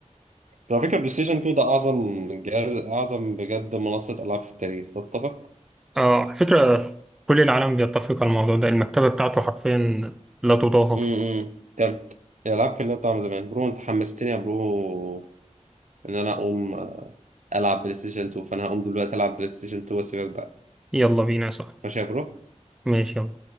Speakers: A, on the right; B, in the centre.
A: على فكرة بلاي ستيشن 2 ده أعظم جهاز أعظم بجد منصة ألعاب في التاريخ تتفق؟
B: أه على فكرة كل العالم بيتفق على الموضوع ده المكتبة بتاعته حرفيا لا تضاهى
A: امم تمام الألعاب كلها بتاع زمان برو أنت حمستني يا برو إن أنا أقوم آه، ألعب بلاي ستيشن 2 فأنا هقوم دلوقتي ألعب بلاي ستيشن 2 وأسيبك بقى
B: يلا بينا يا صاحبي
A: ماشي يا برو؟
B: ماشي يلا